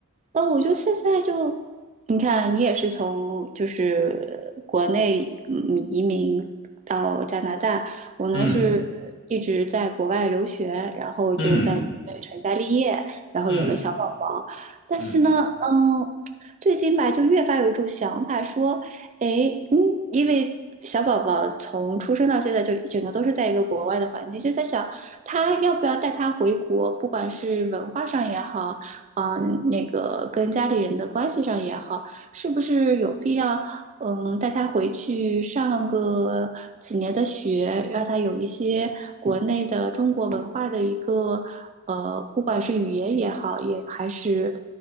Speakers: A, on the right; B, on the left.
A: 呃，我就现在就，你看，你也是从就是国内嗯移民到加拿大，我呢是一直在国外留学，
B: 嗯
A: 然后就在这边成家立业，
B: 嗯
A: 然后有了小宝宝，
B: 嗯
A: 但是呢，
B: 嗯
A: 嗯，最近吧，就越发有一种想法说。诶，嗯，因为小宝宝从出生到现在就整个都是在一个国外的环境，就在想他要不要带他回国，不管是文化上也好，嗯，那个跟家里人的关系上也好，是不是有必要，嗯，带他回去上个几年的学，让他有一些国内的中国文化的一个，呃，不管是语言也好，也还是。